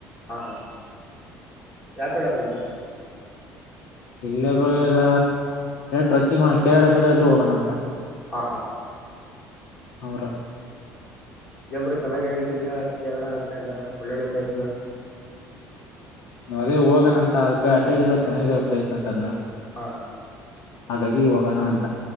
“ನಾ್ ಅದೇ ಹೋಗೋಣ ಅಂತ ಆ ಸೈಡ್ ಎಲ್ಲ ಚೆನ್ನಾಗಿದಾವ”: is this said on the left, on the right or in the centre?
Left